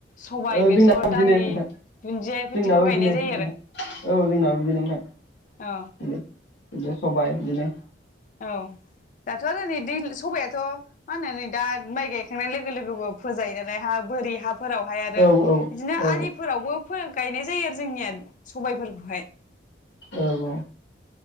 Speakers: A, on the left (about 40°); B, on the left (about 65°).
A: सबाय
B: औ
A: बेसर
B: जोंनाबो बिदिनो
A: दालि
B: नोंथां
A: दुन्दिया बेफोरदिखौ
B: जोंनाबो
A: गायनाय
B: बिदिनो
A: जायो
B: नोंथां
A: आरो
B: औ जोंनाबो बिदिनो नोंथां
A: औ
B: बिनो बिदिनो सबाय बिदिनो।
A: औ दाथ'आरो नै दै। सबायाथ' मा होननानै दा माइ गायखांनाय लोगो लोगोबो फोजायो नालाय हा बोरि हा। फोरावहाय आरो
B: औ
A: बिदिनो
B: औ
A: आलिफोरावबो फोर गायनाय जायो आरो जोंनिया सबायफोरखौहाय।
B: औ औ।